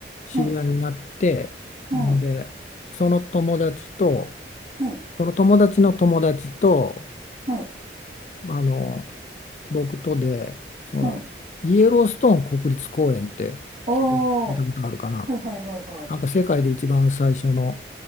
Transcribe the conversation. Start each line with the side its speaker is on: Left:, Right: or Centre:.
Left: 知り合いになってんでその友達と
Right: はい、はい、はい、
Left: その友達の友達と
Right: はい、
Left: あの僕とでそのイエローストーン国立公園って聞いた、
Right: はい。ああ、
Left: 聞いたことあるかな
Right: はい、はい、はい、はい。
Left: なんか世界で一番最初の